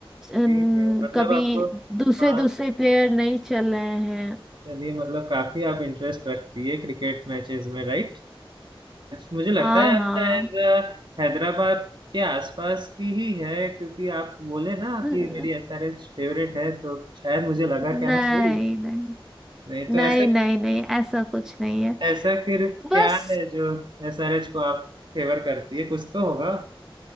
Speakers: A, in the centre; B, on the right (about 55°).
A: अन-
B: ठीक है मतलब
A: कभी
B: आपको
A: दूसरे
B: हाँ
A: दूसरे प्लेयर नहीं चल रहे हैं
B: चलिए मतलब काफी आप इंटरेस्ट रखती है क्रिकेट मैचेस में राइट मुझे लगता
A: हाँ
B: है आप
A: हाँ
B: शायद अ, हैदराबाद के आसपास की ही है क्योंकि आप बोले ना
A: न-
B: कि मेरी एसआरएच फेवरेट है तो शायद मुझे लगा
A: नहीं
B: क्या मैं सही हूँ
A: नहीं
B: नहीं तो
A: नहीं
B: ऐसा
A: नहीं नहीं ऐसा कुछ नहीं है
B: ऐसा फिर क्या
A: बस
B: है जो एसआरएच को आप फेवर करती है कुछ तो होगा